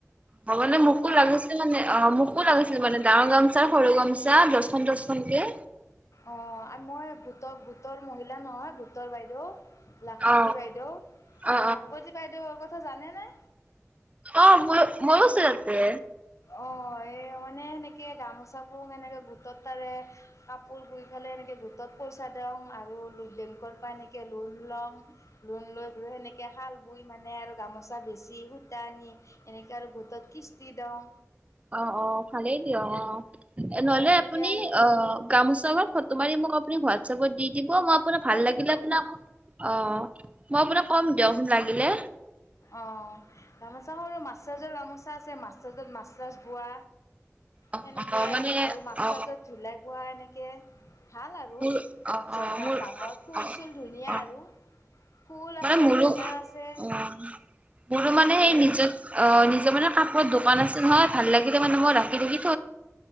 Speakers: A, on the right; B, on the left.
A: অহ, মানে মোকো
B: তোমালোক
A: লাগিছিল মানে, অহ, মোকো লাগিছিল মানে দাম ঙৰ গামচাৰ সৰু গামচ চা দছখন দছখন কে।
B: অহ, মই গোটক, গোটৰ মহিলা নহয় গোটৰ বাইদ' লাখপতি
A: অ
B: বাইদ'
A: অ অ
B: লাখপতি বাইদেউৰ আগত ত' জানে নে?
A: অহ, ম ময়ো চেপতে
B: অহ, এই মানে সেনেকে গামোচাবোৰ এনেকে গোটত তাৰে কাপ পোৰ বুই ফেলে এনেকৈ গোটত পইচা দিওঁ আৰু বেংকৰ পৰা এনেকৈ লোন লওঁ লোন লৈ পৈ সেনেকৈ হাল বই মানে আৰু গামোচা বেচি সূতা আনি এনেকৈ আৰু গোটত কিস্তি দেওঁ।
A: অহ, অহ, ভালেই। কি অ'
B: অ
A: নহ'লে
B: সেনেকে
A: আপুনি
B: আৰু
A: অ', গামোচা গত ফটো মাৰি মোক আপুনি হোৱাত চবত দি দিব, মই আপোনাক ভাল
B: অ দিম
A: লাগিলে
B: দিম
A: আপোনাক,
B: দিম
A: অ'। মই আপোনাক ক'ম দিয়ক লাগিলে।
B: অ গামোচা সৰু মাছচাজৰ গামোচা আছে মাছ চাজত-মাছ চাছ পোৱা।
A: অ
B: সেনেকে,
A: অ মানে
B: আৰু মাছ
A: অ
B: চাজত <unintelligible> এনেক কে ভাল আৰু
A: মোৰ
B: গামোচাকেইখন
A: অ অ মোৰ
B: ডাঙৰ, ফুল
A: অ
B: চুল ধুনীয়া
A: অ
B: আৰু, ফুল
A: মানে
B: আছে
A: মোৰো
B: বুটা আছে।
A: অ মোৰো মানে সেই
B: এই
A: নিজৰ, অ', নিজৰ মানে কাপোৰৰ দোকান আছে নহয়, ভাল লাগিলে মানে মই ৰাখ <inaudible>